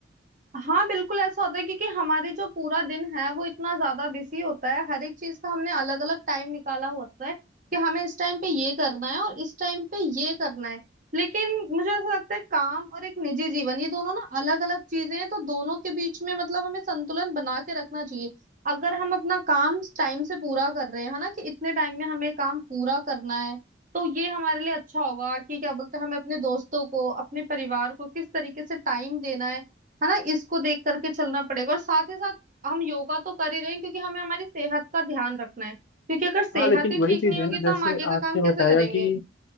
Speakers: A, on the right; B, on the left.
A: हाँ बिल्कुल ऐसा होता है क्योंकि हमारे जो पूरा दिन है वो इतना ज्यादा बिजी होता है हर एक चीज का हमने अलग अलग टाइम निकाला होता है कि हमें इस टाइम पे ये करना है और इस टाइम पे ये करना है लेकिन मुझे ऐसा लगता है काम और एक निजी जीवन ये दोनों ना अलग अलग चीजें हैं तो दोनों के बीच में मतलब हमें संतुलन बना के रखना चाहिए अगर हम अपना काम टाइम से पूरा कर रहे हैं है ना कि इतने टाइम में हमें काम पूरा करना है तो ये हमारे लिए अच्छा होगा कि क्या बोलते हैं हमें अपने दोस्तों को अपने परिवार को किस तरीके से टाइम देना है है ना इसको देख करके चलना पड़ेगा और साथ ही साथ हम योगा तो कर ही रहे हैं क्योंकि हमें हमारी सेहत का ध्यान रखना है क्योंकि अगर सेहत
B: हाँ लेकिन
A: ही
B: वही
A: ठीक
B: चीज
A: नहीं
B: है
A: होगी
B: ना
A: तो
B: जैसे
A: हम आगे का
B: आपने
A: काम कैसे
B: बताया
A: करेंगे
B: कि